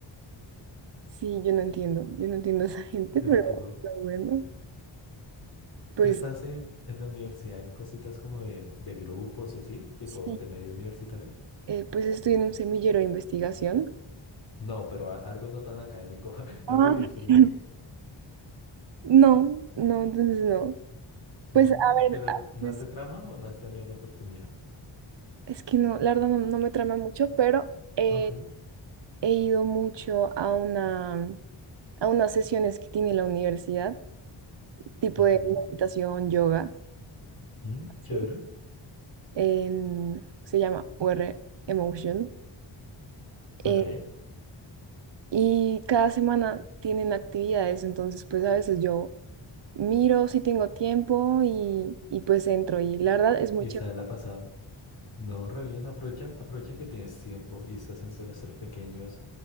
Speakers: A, on the right; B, on the left.
A: Sí, yo no entiendo, yo no entiendo a esa gente,
B: <laughs> Yo
A: pero,
B: tampoco.
A: pero bueno, pues
B: ¿Tú estás en, en la universidad en cositas como de, de grupos y así, tipo
A: sí,
B: de medio universitario?
A: eh, pues estoy en un semillero de investigación.
B: No, pero a- algo no tan académico, <laughs> algo
A: Ah.
B: de disfrute.
A: <laughs> No, no, entonces no.
B: Mm,
A: Pues a
B: pero
A: ver, a
B: ¿no
A: veces-
B: te trama o no has tenido la oportunidad?
A: es que no, la verdad no, no me trama mucho, pero eh,
B: Ah, Ok,
A: he ido mucho a una, a unas sesiones que tiene la universidad, tipo
B: ok.
A: de meditación, yoga,
B: Mm,
A: así,
B: chévere.
A: en- se llama UR Emotion.
B: Ok.
A: eh, y cada semana tienen actividades, entonces pues a veces yo miro si tengo tiempo y, y pues entro y la verdad es muy
B: Y está
A: chévere.
B: la pasada. No, re bien, aprovecha, aprovecha que tienes tiempo y estás en semestres pequeños.